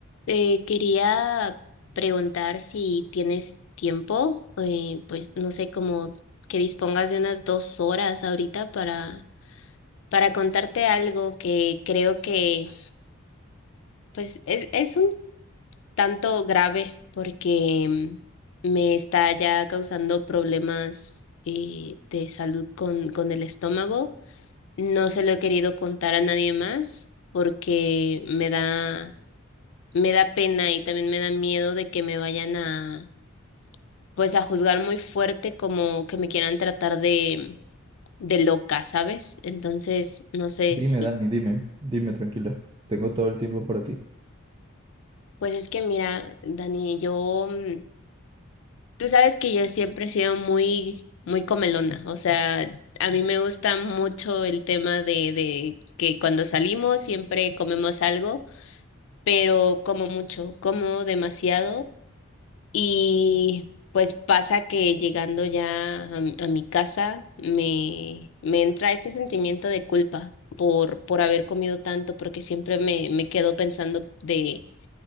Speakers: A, on the left; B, on the right.
A: Te quería preguntar si tienes tiempo, eh, pues no sé, como que dispongas de unas dos horas ahorita para, para contarte algo que creo que pues es, es un tanto grave porque mm, me está ya causando problemas eh, de salud con, con el estómago. No se lo he querido contar a nadie más porque me da, me da pena y también me da miedo de que me vayan a pues a juzgar muy fuerte como que me quieran tratar de, de loca, ¿sabes? Entonces, no sé
B: Dime,
A: si,
B: Dani, dime, dime, tranquila. Tengo todo el tiempo para ti.
A: pues es que mira, Dani, yo, mm, tú sabes que yo siempre he sido muy, muy comelona, o sea, a mí me gusta mucho el tema de, de que cuando salimos siempre comemos algo, pero como mucho, como demasiado. Y pues pasa que llegando ya a, mi a mi casa me, me entra este sentimiento de culpa por, por haber comido tanto, porque siempre me, me quedo pensando de,